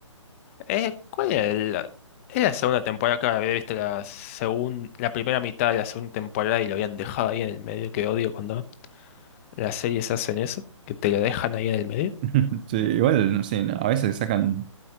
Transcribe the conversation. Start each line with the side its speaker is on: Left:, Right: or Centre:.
Left: Eh, ¿cuál era? el? Es la segunda temporada, claro, había visto la segun- la primera mitad de la segunda temporada y lo habían dejado ahí en el medio, que odio cuando las series hacen eso, que te lo dejan ahí en el medio.
Right: <laughs> Sí, igual, no sé, no, a veces sacan,